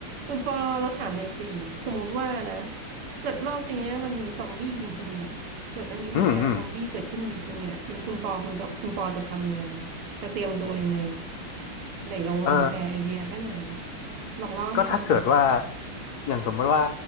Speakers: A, on the right (about 80°); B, on the left (about 85°).
A: คุณปอเราถามหน่อยสิสมมติว่านะเกิดรอบเนี้ยมันมีซอมบี้จริงๆอ่ะเกิดมันมีเหตุการณ์ซอมบี้เกิดขึ้นจริงๆอ่ะเป็นคุณปอคุณจะคุณปอจะทำยังไง
B: อืมอืม
A: จะเตรียมตัวยังไงไหนลองลองแชร์ไอเดียให้หน่อยดิ
B: เออ
A: ลองเล่าให้ฟังหน่อย
B: ก็ถ้าเกิดว่าอย่างสมมติว่า